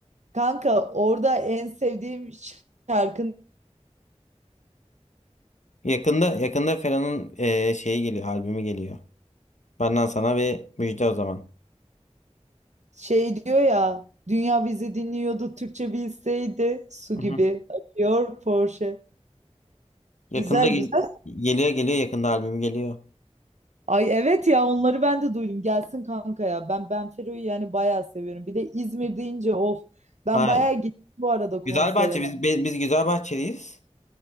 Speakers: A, on the right; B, on the left.
A: Kanka orada en sevdiğim şarkın
B: Yakında yakında Ferhan'ın e, şeyi geliyor, albümü geliyor. Benden sana bir müjde o zaman.
A: şey diyor ya Dünya bizi dinliyordu Türkçe bilseydi su
B: Hı
A: gibi
B: hı.
A: akıyor Porsche.
B: Yakında
A: Güzel
B: gel-
A: güzel.
B: geliyor geliyor yakında albüm geliyor.
A: Ay evet ya onları ben de duydum. Gelsin kanka ya. Ben Ben Fero'yu yani bayağı seviyorum. Bir de İzmir deyince of. Ben
B: Ha,
A: bayağı gittim bu arada konserine.
B: Güzelbahçe biz biz, biz Güzelbahçeliyiz.